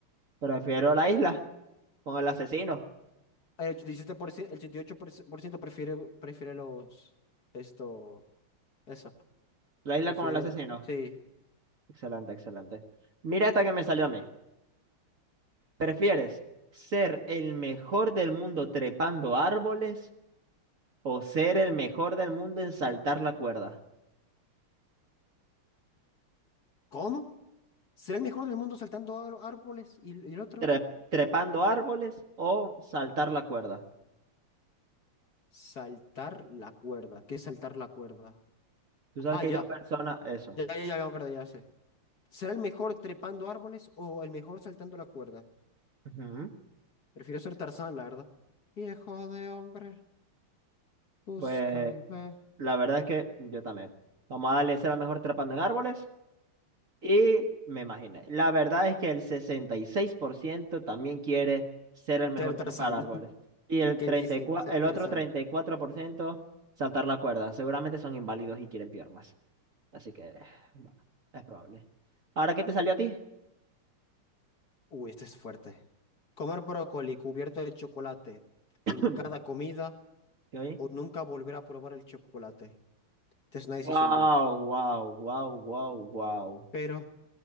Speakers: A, on the right; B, on the left.
A: prefiero la isla con el asesino.
B: El 87%, el 88% prefiere, prefiere los, esto, eso,
A: La isla
B: prefiere,
A: con el asesino.
B: sí.
A: Excelente, excelente. Mira esta que me salió a mí. ¿Prefieres ser el mejor del mundo trepando árboles? o ser el mejor del mundo en saltar la cuerda,
B: ¿Cómo? ¿Será el mejor del mundo saltando a los árboles? ¿Y, y el otro?
A: Tre- trepando árboles o saltar la cuerda.
B: Saltar la cuerda. ¿Qué es saltar la cuerda?
A: Tú sabes
B: Ah,
A: que
B: ya.
A: hay dos personas, eso.
B: Ya, ya, ya, ya me acordé, ya sé. ¿Será el mejor trepando árboles o el mejor saltando la cuerda?
A: Ujú.
B: Prefiero ser Tarzán, la verdad. Viejo de hombre, busca
A: Pues
B: y ve.
A: la verdad es que yo también. Vamos a darle ser el mejor trepando en árboles y me imaginé. La verdad es que el 66% también quiere ser el mejor
B: Ser Tarzán.
A: trepar árboles
B: <laughs>
A: y el
B: ¿Qué
A: treinta
B: dicen?
A: y cuatro
B: Ser
A: el
B: Tarzán.
A: otro 34% saltar la cuerda. Seguramente son inválidos y quieren piernas. Así que, bueno, es probable. ¿Ahora qué te salió a ti?
B: Uy, este es fuerte. Comer brócoli cubierto de chocolate en
A: <clears throat>
B: cada comida
A: ¿Sí
B: o nunca volver a probar el chocolate. Esta es una decisión
A: Wow,
B: dura.
A: wow, wow, wow, wow.
B: Pero,